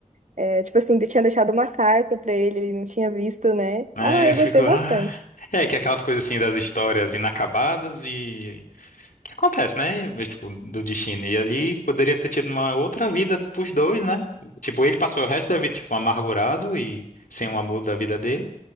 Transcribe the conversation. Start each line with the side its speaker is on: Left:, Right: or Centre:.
Right: é, tipo assim, tinha deixado uma carta pra ele, ele não tinha visto, né?
Left: É,
Right: Ah, eu
Left: eu fico.
Right: gostei
Left: ah.
Right: bastante.
Left: É, que é aquelas coisas assim das histórias inacabadas e. que acontece, né? É, Tipo, do destino. E ali poderia ter tido uma outra vida pros dois, né? Tipo, ele passou o resto da vida, tipo, amargurado e sem o amor da vida dele.